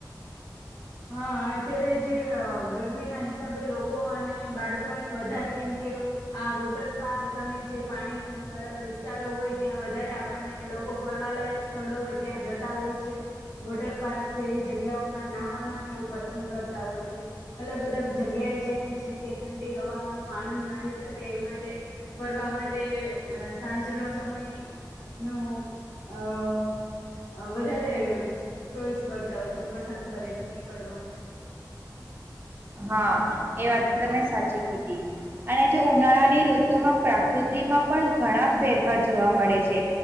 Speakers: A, on the left; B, on the right.
A: હા અત્યારે જે ગરમી ના હિસાબે લોકો અને બાળકોને વધારે એમ કે આ વોટર પાર્ક અને જે પાણી વાળા વિસ્તારો હોય ત્યાં વધારે આપણને લોકો ફરવાલાયક સ્થળો હોય ત્યાં જતા હોય છે વોટર પાર્ક જેવી જગ્યાઓમાં નહવાનું. હોય છે અલગ અલગ જગ્યાએ જઈને જેમ કે ઠંડી હવા ન આનંદ માણી શકે એ માટે ફરવા માટે સાંજનો સમય નો અ વધારે ચોઈસ કરતા હોય છે પસંદ કરે છે. કરવા માટે.
B: હા એ વાત તમે સાચી કીધી અને જો ઉનાળાની ઋતુમાં પ્રકૃતિમાં પણ ઘણા ફેરફાર જોવા મળે છે